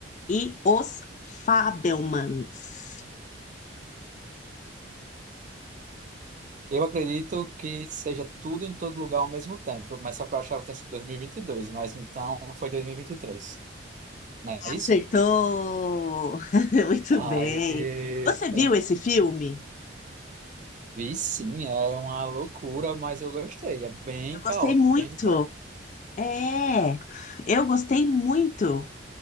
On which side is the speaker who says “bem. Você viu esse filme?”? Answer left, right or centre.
Left